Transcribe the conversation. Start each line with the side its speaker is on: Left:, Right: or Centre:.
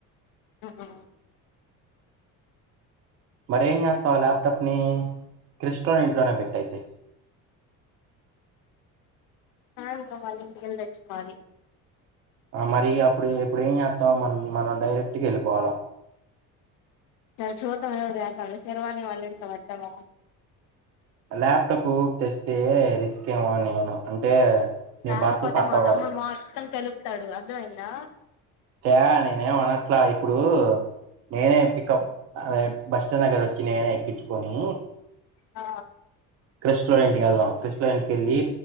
Left: ఆహా
Right: మరేం చేస్తావు ఆ ల్యాప్టాప్ ని క్రిస్టో ఇంట్లోనే పెట్టయితే
Left: సాయంత్రం వాళ్ళు ఇంటికి వెళ్లి తెచ్చుకోవాలి
Right: మరి అప్పుడు ఎప్పుడు ఏం చేస్తా మ మనం డైరెక్ట్ వెళ్ళిపోవాల
Left: సరే చూద్దాం ఏదోకటి చేద్దాం సర్వాణి వాళ్ళింట్లో పెట్టాలా
Right: ల్యాప్టాప్ తెస్తే రిస్క్ ఏమో నేను అంటే నీ
Left: రాకపోతే
Right: బట్టలు పట్టవు
Left: మా తమ్ముడు
Right: కదా
Left: మొత్తం గెలుకుతాడు అర్థమయిందా
Right: యా నేనేమనట్లా ఇప్పుడు నేనే పికప్ అ బస్ స్టాండ్ దగ్గర వచ్చి నేనే ఎక్కించుకొని
Left: ఆ
Right: క్రిస్లో ఇంటికి వెళ్దాం క్రిస్లో ఇంటికి వెళ్ళి